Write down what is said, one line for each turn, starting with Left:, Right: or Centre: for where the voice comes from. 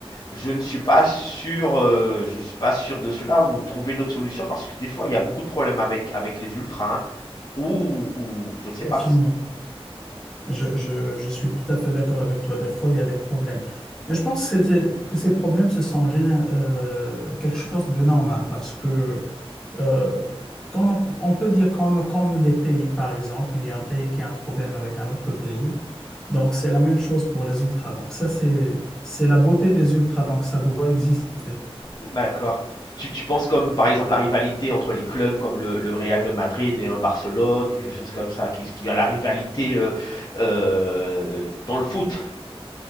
Left: je ne suis pas sûr, euh, je suis pas sûr de cela ou trouver une autre solution parce que des fois il y a beaucoup de problèmes avec avec les ultras hein, ou, ou je ne sais
Centre: Effectivement.
Left: pas.
Centre: Je, je- je suis tout à fait d'accord avec toi. Des fois, il y a des problèmes. Mais je pense que, c'est- que ces problèmes, ce sont géné- euh, quelque chose de normal parce que, euh, comme on, peut on peut dire, comme, comme les pays, par exemple, il y a un pays qui a un problème avec un autre pays. Donc, c'est la même chose pour les ultras. Donc, ça, c'est, c'est la beauté des ultras. Donc, ça doit exister.
Left: D'accord. Tu, tu penses comme par exemple la rivalité entre les clubs comme le, le Real de Madrid et un Barcelone, quelque chose comme ça, qui, qui a la rivalité euh, euh, dans le foot.